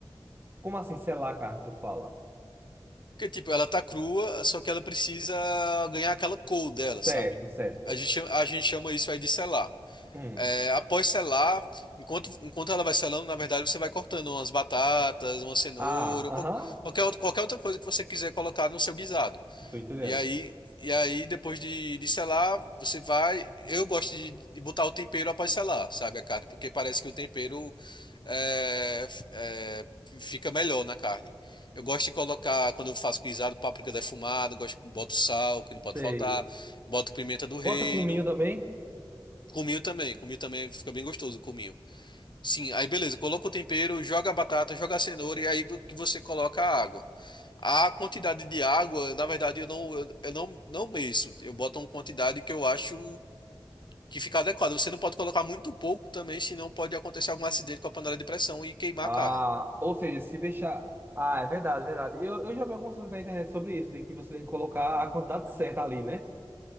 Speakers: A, on the right (about 25°); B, on the left (about 55°).
A: Como assim selar a carne, tu fala?
B: porque, tipo, ela tá crua, só que ela precisa ganhar aquela cor dela,
A: Certo,
B: sabe?
A: certo.
B: A gente, chama- a gente chama isso aí de selar.
A: Hum.
B: É, após selar, enquanto, enquanto ela vai selando, na verdade você vai cortando umas batatas, uma cenoura,
A: Ah, aham.
B: ou qual- qualquer, outra- qualquer outra coisa que você quiser colocar no seu guisado.
A: Tô entendendo.
B: E aí, e aí depois de, de selar, você vai. Eu gosto de, de botar o tempero após selar, sabe, a carne, porque parece que o tempero é, f- é, fica melhor na carne. Eu gosto de colocar, quando eu faço guisado, páprica defumada, gosto, boto sal, que não pode
A: Sei.
B: faltar, boto pimenta do
A: Bota
B: reino.
A: cominho também?
B: Cominho também, cominho também fica bem gostoso, cominho. Sim, aí beleza, coloca o tempero, joga a batata, joga a cenoura e aí vo- que você coloca a água. A quantidade de água, na verdade, eu não, eu eu não, não meço. Eu boto uma quantidade que eu acho que fica adequada. Você não pode colocar muito pouco também, senão pode acontecer algum acidente com a panela de pressão e queimar
A: Ah,
B: a carne.
A: ou seja, se deixar. Ah, é verdade, é verdade. Eu, eu já vi algumas coisas na internet sobre isso, de que você tem que colocar a quantidade certa ali, né?